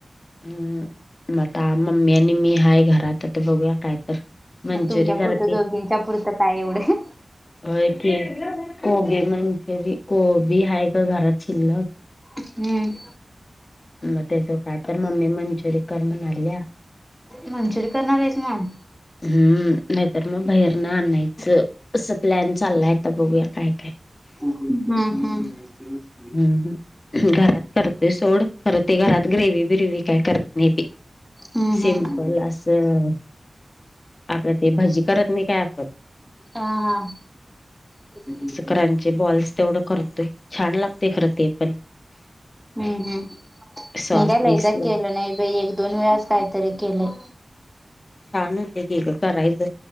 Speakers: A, on the left; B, in the centre.
A: हम्म म आता मम्मी आणि मी आहेाय घरात ते बघूया काय तर. मंचुरी
B: मग तुमच्या
A: जरा
B: पुरतं दोघींच्या पुरतं काय एवढं?
A: अ की कोबी म्हणजे कोबी आहेाय का घरात शिरल
B: हम्म.
A: मग त्याच काय तर मम्मी मंचुरी कर म्हणा आल्या.
B: मंचुरी करणार आहेस मग?
A: हम्म नाहीतर मग बाहेरन आणायचं असं प्लॅन चाललायता बघूया काय, काय.
B: हम्म हम्म. <inaudible>
A: हम्म हम् <unintelligible> घरात करते सोड करते घरात ग्रेवी बिरेवी काय करत नाही ते.
B: हम्म
A: सिमपल
B: हम्म
A: असं आता ते भजी करत नाही काय आपण.
B: हा हा. कती <unintelligible>
A: करांचे बॉल्स तेवढं करतोय छान लागते खरं ते पण.
B: हम्म, हम्म
A: सॉस
B: मी काय
A: बीस
B: लयदा
A: लावून
B: केलं नाही बाई एक, दोन वेळाच काहीतरी केलय.
A: छान होते की ग करायचं